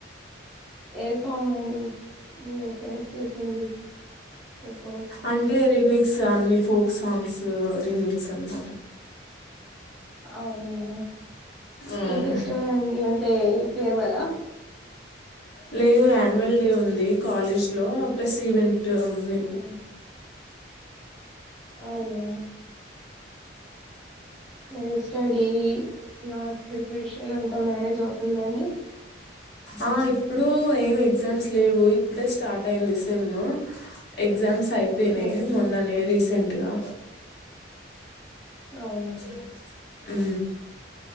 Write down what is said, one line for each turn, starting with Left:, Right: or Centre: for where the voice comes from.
Centre: ఏ సాంగ్ అండి మీరు సెలెక్ట్ చేసింది ఇప్పుడు
Left: అంటే ర మిక్స్ అన్ని ఫోక్ సాంగ్స్ రీమిక్స్ అనమాట
Centre: అవునా
Left: ఉమ్
Centre: ఏ ఫెస్టివల్ అండి అంటే పేర్ వాల
Left: లేదు యాన్యువల్ డే ఉంది కాలేజ్ లో ప్లస్ ఈవెంట్ అవు
Centre: అవును. అవునా మరి స్టడీ ఇ ప్రిపరేషన్ అంతా మేనేజ్ అవుతుందండి
Left: ఆ ఇప్పుడు ఏం ఎగ్జామ్స్ లేవు ఇప్పుడే స్టార్ట్ అయింది సేమ్ ఎగ్జామ్స్ అయిపోయినాయి
Centre: అవునా
Left: మొన్ననే రీసెంట్ టుగా
Centre: అవునా
Left: హలో అ